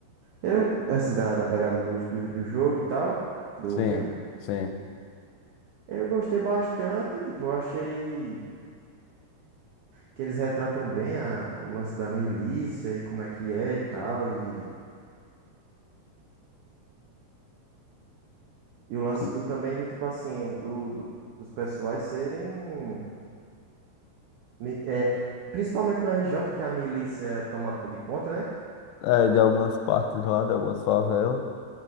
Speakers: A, on the right; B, on the left.
A: Eu, assim, da, da pegada do, do, do jogo e tal, do
B: Sim,
A: filme.
B: sim.
A: Eu gostei bastante, tipo, eu achei. que eles retratam bem a- o lance da milícia e como é que é e tal. E, e o lance
B: Cu-
A: do também do tipo assim, do, do- dos pessoais serem. mi- É, principalmente no RJ, que a milícia toma co- de conta, né?
B: É, de algumas partes lá, de algumas favelas.